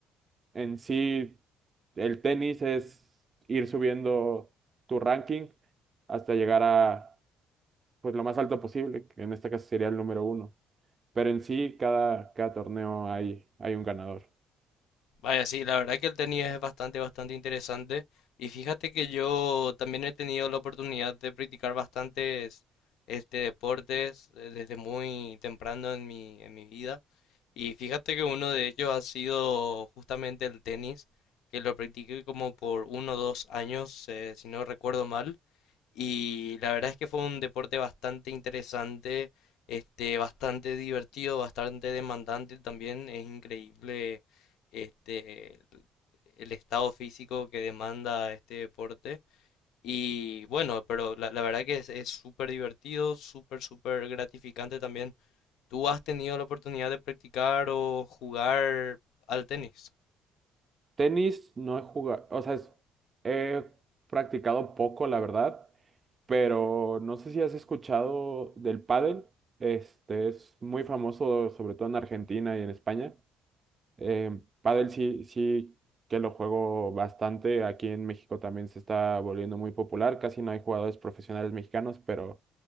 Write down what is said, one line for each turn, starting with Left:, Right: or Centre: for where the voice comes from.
Right: en sí, el tenis es ir subiendo tu ranking hasta llegar a pues lo más alto posible, que en este caso sería el número uno. Pero en sí, cada, cada torneo hay, hay un ganador.
Left: Vaya, sí, la verdad que el tenis es bastante, bastante interesante. Y fíjate que yo también he tenido la oportunidad de practicar bastantes este, deportes eh, desde muy temprano en mi, en mi vida. Y fíjate que uno de ellos ha sido justamente el tenis, que lo practiqué como por uno o dos años, eh, si no recuerdo mal. Y la verdad es que fue un deporte bastante interesante, este, bastante divertido, bastante demandante también. Es increíble este, el estado físico que demanda este deporte. Y bueno, pero la, la verdad que es, es súper divertido, súper, súper gratificante también. ¿Tú has tenido la oportunidad de practicar o jugar al tenis?
Right: Tenis no he jugado, o sea, es- he practicado poco, la verdad, pero no sé si has escuchado del pádel. Este es muy famoso, sobre todo en Argentina y en España. Eh, pádel sí, sí que lo juego bastante. Aquí en México también se está volviendo muy popular. Casi no hay jugadores profesionales mexicanos, pero